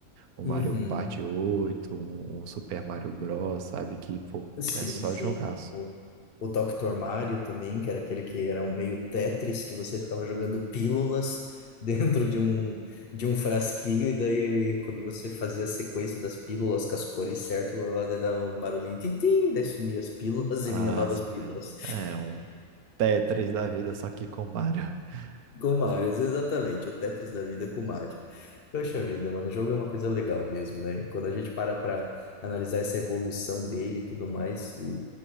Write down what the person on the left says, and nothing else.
Uhum.
Sim,
sim.
O, o Dr. Mario também, que era aquele que era um meio Tetris, que você ficava jogando pílulas <laughs> dentro de um, de um frasquinho, e daí ele, quando você fazia a sequência das pílulas com as cores certas, lá daí dava um barulhinho, tim-tim, daí sumia as pílulas
e vinha novas
pílulas.
Com Marios, exatamente, o Tetris da vida com Mario. Poxa vida, mano, o jogo é uma coisa legal mesmo, né? Quando a gente para pra analisar essa evolução dele e tudo mais, e